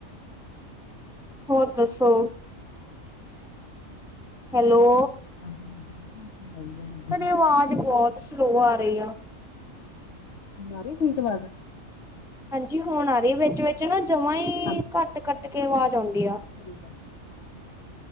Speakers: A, in the centre; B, on the left.
A: ਹੋਰ ਦੱਸੋ? ਹੈਲੋ
B: ਹਾਂਜੀ, <unintelligible> ਹਾਂਜੀ,
A: ਤੁਹਾਡੀ
B: ਫਿਰ
A: ਆਵਾਜ਼
B: ਤੁਸੀ
A: ਬਹੁਤ ਸਲੋ ਆ ਰਈ ਆ।
B: ਆ ਰਈ ਠੀਕ ਅਵਾਜ਼?
A: ਹਾਂਜੀ, ਹੁਣ ਆ ਰਈ ਵਿੱਚ-ਵਿੱਚ ਨਾ ਜਮਾ ਈ,
B: ਹਾਂਜੀ
A: ਘੱਟ ਕੱਟਕੇ ਅਵਾਜ਼ ਆਉਂਦੀ ਆ।
B: ਠੀਕ ਆ।